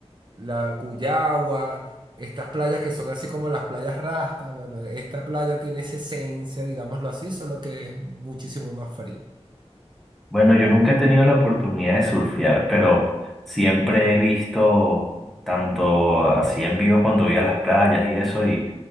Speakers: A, on the right; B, in the centre.
A: la Cuyagua, estas playas que son así como las playas Rasta. Bueno, esta playa tiene esa esencia, digámoslo así, solo que es muchísimo más fría.
B: Bueno, yo nunca he tenido la oportunidad de surfear, pero siempre he visto tanto así en vivo cuando voy a las playas y eso, y,